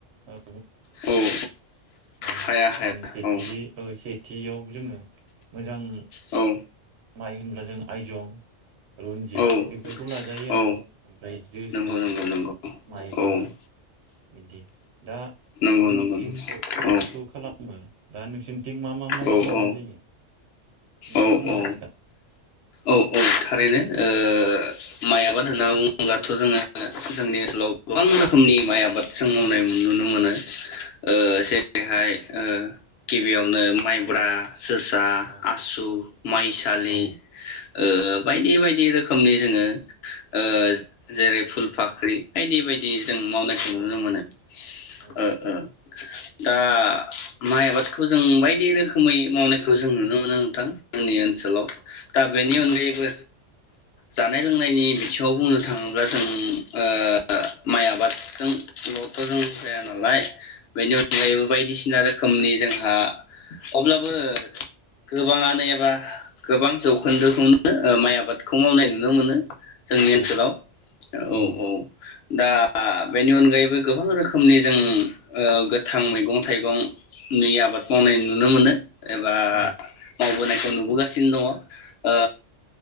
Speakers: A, on the right (about 65°); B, on the left (about 65°).
A: ओ
B: औ औ
A: औ
B: हाया हाया
A: सेथियै
B: औ
A: औ सेथियाव जोङो मोजां
B: औ
A: माइ होनब्ला जों आइजं रनजित
B: औ
A: बेफोरखौ लाजायो आरो
B: औ
A: ओमफ्राय जोसा
B: नंगौ नंगौ नंगौ
A: माइब्रा
B: औ
A: बिदि दा
B: नंगौ
A: जोंनि
B: नंगौ
A: बिथिं
B: नंगौ
A: ओ बेफोरखौ खालामो। दा नोंसि बिथिं मा मा माय
B: औ
A: खालामनाय
B: औ
A: जायो? नोंथाङा
B: औ
A: बुंनो
B: औ
A: हागोन दा
B: औ औ थारैनो ओ ओ माइ आबाद होनना बुङोब्लाथ' जोङो जोंनि ओनसोलाव गोबां रोखोमनि माइ आबाद जों मावनाय नुनो मोनो। ओ
A: औ
B: जेरैहाय ओ‌ गिबियावनो माइब्रा जोसा
A: औ
B: आसु माइसालि
A: औ
B: ओ बायदि बायदि ओ रोख रोखोमनि जोङो ओ जेरै फुल फाख्रि बायदि बायदि
A: औ
B: जों मावनायखौ
A: औ
B: नुनो मोनो।
A: औ
B: ओ ओ दा माइ आबादखौ जों बायदि रोख खोमै मावनायखौ जों नुनो मोनो नोंथां। जोंनि ओनसोलाव दा बेनि
A: औ
B: अनगायैबो जानाय लोंनायनि बिथिङाव बुंनो थाङोब्ला जों औ माइ आबाद जों लथ' जों जाया नालाय बेनि
A: औ
B: अनगायैबो
A: नंगौ
B: बायदिसिना रोखोमनि जोंहा अब्लाबो गोबाङानो एबा गोबां जौखोन्दोखौनो माइ आबादखौ मावनाय नुनो मोनो। जोंनि
A: औ
B: ओनसोलाव
A: नंगौ
B: औ औ। दा बेनि अनगायैबो गोबां रोखोमनि जों ओ गोथां मैगं थाइगंनि आबाद मावनाय नुनो मोनो। एबा
A: औ
B: मावबोनायखौ नु बोगासिनो दङ। ओ